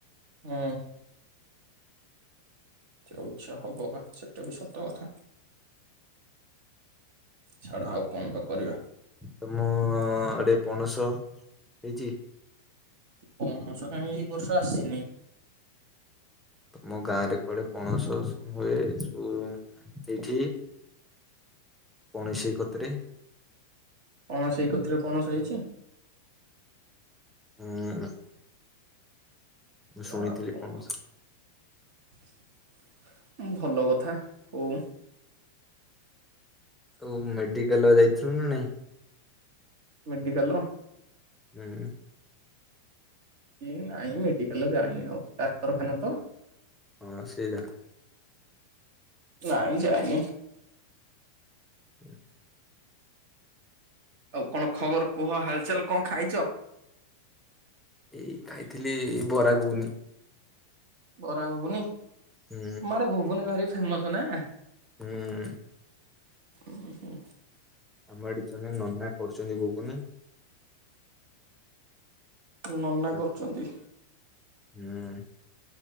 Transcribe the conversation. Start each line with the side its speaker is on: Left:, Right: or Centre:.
Right: ହୁଁ। ଯୋଉ ଇଛା ହବ ବା ସେଟା ବି ସତ କଥା। ଛାଡ ଆଉ କଣ ବା କରିବା?
Centre: ତମ ଆଡେ ପଣସ ହେଇଛି?
Right: ପଣସ କାଇଁ ଏଇ ବର୍ଷା ଆସିନି।
Centre: ତମ ଗାଁରେ କୁଆଡେ ପଣସ ସବୁ ହୁଏ <unintelligible> ଏଇଠି ପଣସ ସେଇ କତିରେ
Right: କଣ ସେଇ କତିରେ ପଣସ ହେଇଚି?
Centre: ହୁଁ। ଶୁଣିଥିଲି
Right: ଆଉ କଣ
Centre: ପଣସ
Right: କୁହ ଭଲ କଥା ହୋଉ।
Centre: ଆଉ ମେଡିକାଲ ଆଉ ଯାଇଥିଲୁ ନା ନାଇଁ?
Right: ମେଡିକାଲ
Centre: ଉଁ।
Right: ଉଁ ନାଇଁ ମେଡିକାଲ ଯାଇନି ଆଉ ଡାକ୍ତରଖାନା ତ।
Centre: ହଁ ସେଇରା।
Right: ନାଇଁ ଯାାଇନି।
Centre: ଉଁ।
Right: ଆଉ କଣ ଖବର କୁହ ହାଲଚାଲ କଣ ଖାଇଚ?
Centre: ଏଇ ଖାଇଥିଲି ବରା ଘୁଗୁନି।
Right: ବରା ଘୁଗୁନି ତମ
Centre: ହୁଁ
Right: ଆଡେ ଘୁଗୁନି ଭାରି ଫେମସ ନା?
Centre: ହୁଁ।
Right: ଉଁହୁଁ।
Centre: ଆମ ଏଠି ଜଣେ ନନା କରୁଚନ୍ତି ଘୁଗୁନି
Right: ନନା
Centre: ପୁରା
Right: କରଚନ୍ତି?
Centre: ହୁଁ।